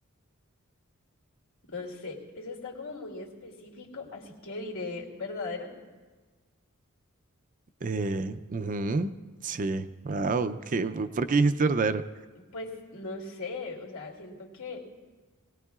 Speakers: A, on the left (about 70°); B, on the right (about 40°).
A: No sé, eso está como muy específico, así que diré verdadero.
B: Eh, ujú, Sí. Wow. ¿Qué, ¿por qué dijiste verdadero?
A: Pues no sé, o sea, siento que